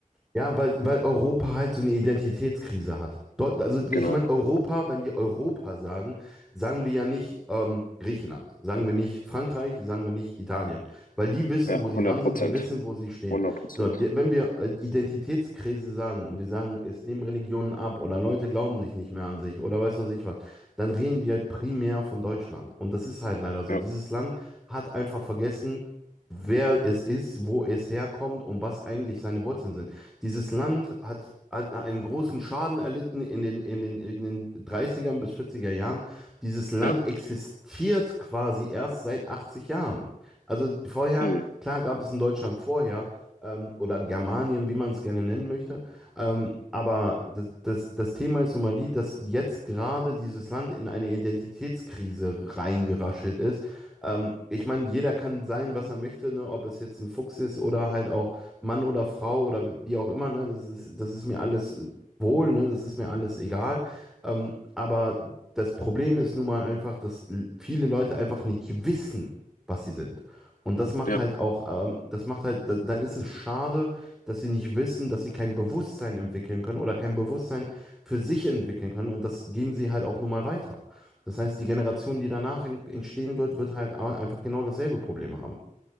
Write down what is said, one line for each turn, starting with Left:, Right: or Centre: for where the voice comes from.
Centre: Ja, weil, weil Europa halt so eine Identitätskrise hat. Deu also ich
Left: Genau.
Centre: meine, Europa, wenn wir Europa sagen, sagen wir ja nicht ähm, Griechenland, sagen wir nicht Frankreich, sagen wir nicht Italien, weil die wissen,
Left: Ja,
Centre: wo
Left: hundert
Centre: sie dran sind,
Left: Prozent.
Centre: sie wissen, wo sie stehen.
Left: hundert Prozent.
Centre: So, die, wenn wir äh, Identitätskrise sagen und wir sagen, es nehmen Religionen ab oder Leute glauben sich nicht mehr an sich oder weiß was ich was, dann reden wir halt primär von Deutschland. Und das ist halt leider so.
Left: Ja,
Centre: Dieses Land hat einfach vergessen, wer es ist, wo es herkommt und was eigentlich seine Wurzeln sind. Dieses Land hat, hat einen großen Schaden erlitten in den, in den, in den Dreißigern bis 40 Jahren. Dieses Land
Left: ja,
Centre: existiert quasi erst seit 80 Jahren. Also vorher,
Left: hm,
Centre: klar gab es in Deutschland vorher, ähm, oder Germanien, wie man es gerne nennen möchte. Ähm, aber das, das, das Thema ist nun mal die, dass jetzt gerade dieses Land in eine Identitätskrise reingeraschelt ist. Ähm, ich meine, jeder kann sein, was er möchte, ne? Ob es jetzt ein Fuchs ist oder halt auch Mann oder Frau oder wie auch immer, ne? Das ist, das ist mir alles äh, wohl, ne? Das ist mir alles egal. Ähm, aber das Problem ist nun mal einfach, dass l- viele Leute einfach nicht wissen, was sie sind. Und das macht
Left: ja,
Centre: halt auch, ähm, das macht halt, da, dann ist es schade, dass sie nicht wissen, dass sie kein Bewusstsein entwickeln können oder kein Bewusstsein für sich entwickeln können. Und das geben sie halt auch nun mal weiter. Das heißt, die Generation, die danach en- entstehen wird, wird halt au- einfach genau dasselbe Problem haben.